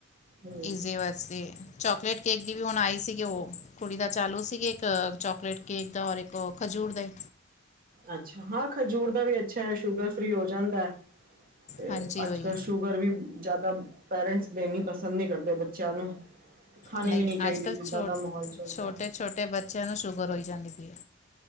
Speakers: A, on the right; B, on the left.
A: ਹੂੰ
B: ਈਜ਼ੀ ਵਾ ਅਸੀ ਚੋਕਲੇਟ ਕੇਕ ਦੀ ਵੀ ਹੁਣ ਆਈ ਸੀਗੀ ਉਹ ਕੁੜੀ ਦਾ ਚਾਲੂ ਸੀਗੇ ਏੱਕ ਚੋਕਲੇਟ ਕੇਕ ਦਾ ਔਰ ਏੱਕ ਓ ਖਜੂਰ ਦਾ ਈ।
A: ਅੱਛਾ ਹਾਂ ਖਜੂਰ ਦਾ ਵੀ ਅੱਛਾ ਐ ਸ਼ੂਗਰ ਫ੍ਰਰੀ ਹੋ ਜਾਂਦੈ। ਤੇ
B: ਹਾਂਜੀ
A: ਅੱਜ
B: ਉਹੀ
A: ਕੱਲ੍ਹ ਸ਼ੂਗ ਮੀਂ ਜ਼ਿਆਦਾ ਪੇਰੈਂਟਸ ਦੇਣੀ ਪਸੰਦ ਨਹੀਂ ਕਰਦੇ ਬੱਚਿਆਂ ਨੂੰ ਖਾਣੀ
B: ਨਹੀਂ
A: ਵੀ ਨੀ ਚਾਹੀਦੀ
B: ਅੱਜ ਕੱਲ੍ਹ
A: ਜਿੱਦਾਂ
B: ਛੋ
A: ਦਾ ਮਾਹੌਲ ਚੱਲ
B: ਛੋਟੇ
A: ਰਾ।
B: ਛੋਟੇ ਬੱਚਿਆਂ ਨੂੰ ਸ਼ੂਗਰ ਹੋਈ ਜਾਂਦੀ ਪਈ ਏ।